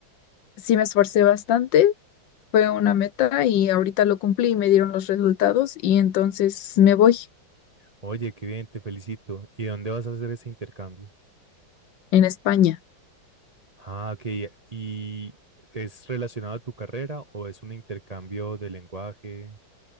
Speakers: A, on the left (about 70°); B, on the right (about 55°).
A: sí me esforcé bastante, fue una meta y ahorita lo cumplí y me dieron los resultados y entonces me voy
B: Oye, qué bien, te felicito. ¿Y dónde vas a hacer ese intercambio?
A: en España.
B: Ah, ok. ¿Y es relacionado a tu carrera o es un intercambio de lenguaje?